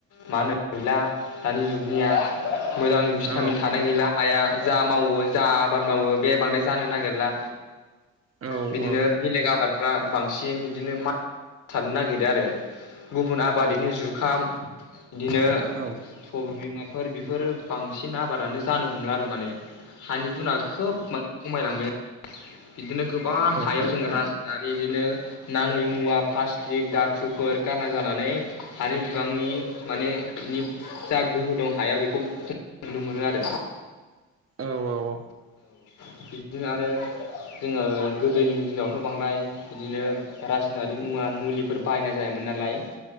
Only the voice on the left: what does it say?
मा होनो नुला दानि जुगनिया मोजां भिटामिन
थानाय गैला हाया जा मावो जा आबाद मावो बे बांद्राय जानो नागिरला
बिदिनो
बेलेग आबाद फ्रा बांसिन बिदिनो मा <unintelligible> सारनो नागिरो आरो गुबुन आबादैनो
जुखाम बिदिनो
सबाय बिमाबा फोर बेफोर बांसिन आबादानो जानो हमला आरो माने हानि गुना खोब माने खमायलांबाय आरो बिदिनो गोबां हायाव
जोंङो राज होनाय बिदिनो नाङि मुवा प्लास्टिक दाथुफोर गारना जानानै हानि बिबांनि माने बिनि जा गोहो दं हायाव खौ खम नुनो मोनो आरो
<inaudible> बिदिनो आरो जोङो गोदोनि दिनावथ बांद्राय बिदिनो रासायनारि मुवा मुलिफोर बाहायनाय जायामोमोन नालाय